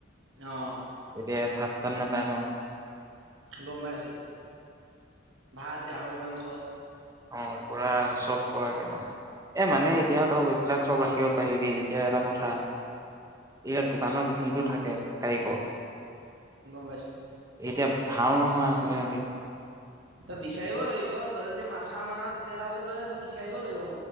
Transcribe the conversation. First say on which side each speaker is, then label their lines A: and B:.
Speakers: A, on the right; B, on the right.
A: অ
B: এতিয়া ভাত চাত নাপাই ন।
A: গম পাইছোঁ ভাত গাহৰি মাংস ।
B: অ পুৰা চব পোৱাকে মানে এ মানে এতিয়া ত এইবিলাক চব ৰাখিব পাৰিবি এতিয়া এটা কথা ইয়াত দোকানত যোনটো থাকে কাৰিকৰ
A: গম পাইছো ।
B: এতিয়া ভাল নহয় আকৌ সিহতি।
A: তই বিচাৰিব লাগিব তই যদি মাথা মাৰ তেতিয়য়াাহ'লে তই এইটো বিচাইব লাগিব ।